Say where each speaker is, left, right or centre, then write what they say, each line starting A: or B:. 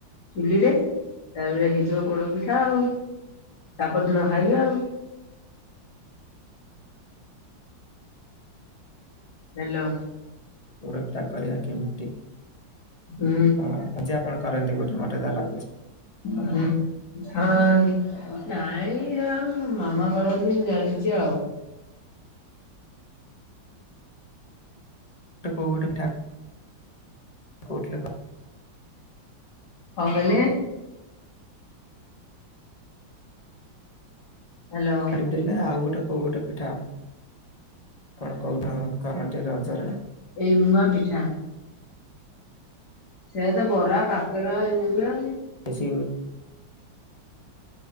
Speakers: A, on the left (about 55°); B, on the left (about 30°).
A: ଚୁଲିରେ ତାପରେ ହେଇଯିବ ପୋଡପିଠା ଆଉ ତାପରଦିନ ଖାଇବେ ଆଉ। ହାଲୋ।
B: ପୋଡ଼ପିଠା କରିବା କେମତି
A: ହୁଁ
B: କଣ? ଭଜା କଣ କରନ୍ତି ବୋଧେ ମୋତେ ଯାହା ଲାଗୁଛି।
A: ହଁ। ହଁ ନାଇଁ ର ମାମା କରନ୍ତି ମୁଁ ଜାଣିଚି ଆଉ।
B: ଟା କଉ ଗୋଟେ ପିଠା କହୁଥିଲ କ
A: କଁ କହିଲେ? ହାଲୋ
B: ଆଡ଼ିଦେଲୁ। ଏ ଆଉ ଗୋଟେ କୋଉ ଗୋଟେ ପିଠା ଆପଣ କୋଉ କଣ କରନ୍ତି ରଜରେ?
A: ଏଇ ମୁଆପିଠା। ସେ ତ ବରା କାକେରା ଏଇ ନିବେ ଆଉ।
B: ମିସେଇ